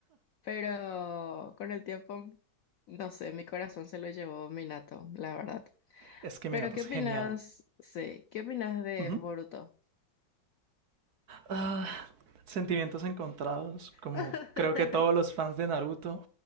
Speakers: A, on the left; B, on the right.
A: Pero con el tiempo, no sé, mi corazón se lo llevó Minato, la verdad.
B: Es que Minato
A: Pero ¿qué
B: es
A: opinas?
B: genial.
A: Sí, ¿qué opinas de
B: Ujú.
A: Boruto?
B: Ah, sentimientos encontrados, como
A: <laughs>
B: creo que todos los fans de Naruto,